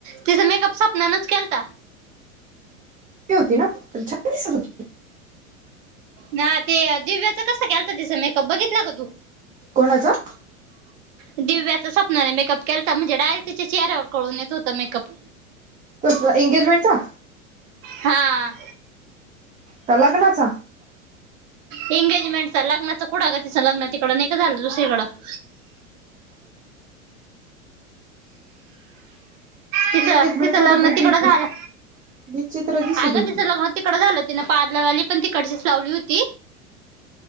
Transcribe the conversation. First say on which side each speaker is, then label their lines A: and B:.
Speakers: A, on the right; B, on the right.
A: तिथं मेकअप स्वप्नच केलता.
B: होती ना हो.
A: ना ते दिव्याच कस घ्यालच तसं मेकअप बघितला ग तू
B: कोणाचा?
A: दिव्याच स्वपनाने मेकअप केय तर म्हणजे डायेक्टच्या चेहऱ्यावर कळून येत होतं मेकअप
B: तुस एंगेजमेंटचा
A: हा.
B: त्या लग्णाचा
A: एंगेजमेंटच लग्नाच कुठं का तिच लग्न तिकड नाही का झालं दुसरीकडं तिचं
B: एंगेजमेंट
A: तिचं
B: मध्ये
A: लग्न
B: पण
A: तिकडं
B: ती
A: झालं
B: विचित्र दिसत
A: अ ग
B: होती
A: तिचं लग्न. तिकड झालं त ना प्लर आली पण तिकडचीच लावली होती.